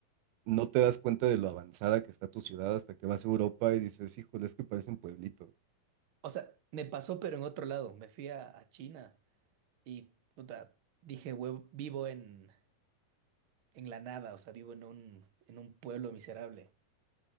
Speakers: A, on the right (about 85°); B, on the right (about 60°).
A: no te das cuenta de lo avanzada que está tu ciudad hasta que vas a Europa y dices, híjole, es que parece un pueblito.
B: O sea, me pasó, pero en otro lado. Me fui a, a China Y puta, dije, "Hue- vivo en, en la nada, o sea, vivo en un, en un pueblo miserable.